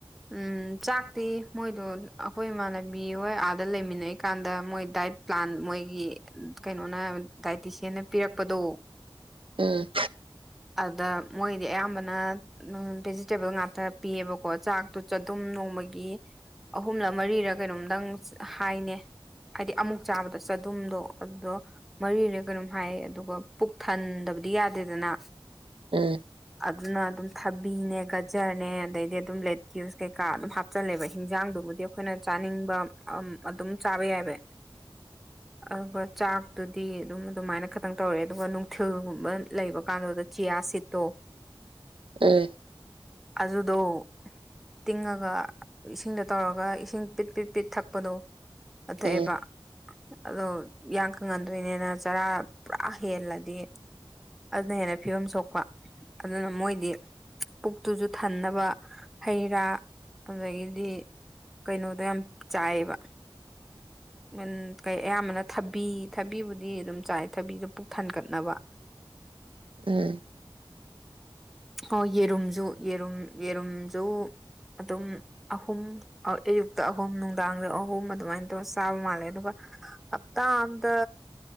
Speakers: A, in the centre; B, on the right.
A: ꯎꯝ ꯆꯥꯛꯇꯤ ꯃꯣꯏꯗꯣ ꯑꯩꯈꯣꯏ ꯏꯃꯥꯟꯅꯕꯤ ꯍꯣꯏ ꯑꯥꯗ ꯂꯩꯃꯤꯟꯅꯩꯀꯥꯟꯗ ꯃꯣꯏ ꯗꯥꯏꯠ ꯄ꯭ꯂꯥꯟ ꯃꯣꯏꯒꯤ ꯀꯩꯅꯣꯅ ꯗꯥꯏꯇ꯭ꯔꯤꯁꯤꯌꯥꯟꯅ ꯄꯤꯔꯛꯄꯗꯣ
B: ꯎꯝ
A: ꯑꯗ ꯃꯣꯏꯗꯤ ꯑꯌꯥꯝꯕꯅ ꯎꯝ ꯚꯦꯖꯤꯇꯦꯕꯜ ꯉꯥꯛꯇ ꯄꯤꯌꯦꯕꯀꯣ ꯆꯥꯛꯇꯨ ꯆꯗꯨꯝ ꯅꯣꯡꯃꯒꯤ ꯑꯍꯨꯝꯂ ꯃꯔꯤꯔ ꯀꯩꯅꯣꯝꯗꯪ ꯍꯥꯏꯅꯦ ꯍꯥꯏꯗꯤ ꯑꯃꯨꯛ ꯆꯥꯕꯗ ꯆꯗꯨꯝꯗꯣ ꯑꯗꯨꯗꯣ ꯃꯔꯤꯔ ꯀꯩꯅꯣꯝ ꯍꯥꯏ ꯑꯗꯨꯒ ꯄꯨꯛ ꯊꯟꯗꯕꯗꯤ ꯌꯥꯗꯦꯗꯅ
B: ꯑꯦ
A: ꯑꯗꯨꯅ ꯑꯗꯨꯝ ꯊꯕꯤꯅꯦ ꯒꯖꯔꯅꯦ ꯑꯗꯩꯗꯤ ꯑꯗꯨꯝ ꯂꯦꯇ꯭ꯌꯨꯁ ꯀꯩꯀꯥ ꯑꯗꯨꯝ ꯍꯥꯞꯆꯜꯂꯦꯕ ꯍꯤꯟꯖꯥꯡꯗꯨꯕꯨꯗꯤ ꯑꯩꯈꯣꯏꯅ ꯆꯥꯅꯤꯡꯕ ꯑꯝ ꯑꯗꯨꯝ ꯆꯥꯕ ꯌꯥꯏꯕ ꯑꯗꯨꯒ ꯆꯥꯛꯇꯨꯗꯤ ꯑꯗꯨꯝ ꯑꯗꯨꯃꯥꯏꯅ ꯈꯥꯇꯪ ꯇꯧꯔꯦ ꯑꯗꯨꯒ ꯅꯨꯡꯊꯤꯜꯒꯨꯝꯕ ꯂꯩꯕ ꯀꯥꯟꯗꯣ ꯆꯤꯌꯥ ꯁꯤꯠꯇꯣ
B: ꯑꯦ
A: ꯑꯗꯨꯗꯣ ꯇꯤꯡꯉꯒ ꯏꯁꯤꯡꯗ ꯇꯧꯔꯒ ꯏꯁꯤꯡ ꯄꯤꯠ ꯄꯤꯠ ꯄꯤꯠ ꯊꯛꯄꯗꯣ ꯗꯨ ꯊꯑꯦꯕ
B: ꯎꯝ
A: ꯑꯗꯣ ꯏꯌꯥꯡ ꯀꯪꯍꯟꯗꯣꯏꯅꯦꯅ ꯆꯔꯥ ꯄꯨꯔꯥ ꯍꯦꯜꯂꯗꯤ ꯑꯗꯨꯅ ꯍꯦꯟꯅ ꯐꯤꯚꯝ ꯁꯣꯛꯄ ꯑꯗꯨꯅ ꯃꯣꯏꯗꯤ ꯄꯨꯛꯇꯨꯁꯨ ꯊꯟꯅꯕ ꯍꯩ ꯔꯥ ꯑꯗꯨꯗꯒꯤꯗꯤ ꯀꯩꯅꯣꯗꯣ ꯌꯥꯝ ꯆꯥꯏꯕ ꯎꯝ ꯀꯩ ꯑꯌꯥꯝꯕꯅ ꯊꯕꯤ ꯊꯕꯤꯕꯨꯗꯤ ꯑꯗꯨꯝ ꯆꯥꯏ ꯊꯕꯤꯗꯣ ꯄꯨꯛ ꯊꯟꯒꯠꯅꯕ
B: ꯎꯝ
A: ꯍꯣꯏ ꯌꯦꯔꯨꯝꯁꯨ ꯌꯦꯔꯨꯝ ꯌꯦꯔꯨꯝꯖꯨ ꯑꯗꯨꯝ ꯑꯍꯨꯝ ꯑ ꯑꯌꯨꯛꯇ ꯑꯍꯨꯝ ꯅꯨꯡꯗꯥꯡꯗ ꯑꯍꯨꯝ ꯑꯗꯨꯃꯥꯏꯅ ꯇꯧꯔ ꯆꯥꯕ ꯃꯥꯜꯂꯦ ꯑꯗꯨꯒ ꯍꯥꯞꯇꯥ ꯑꯝꯗ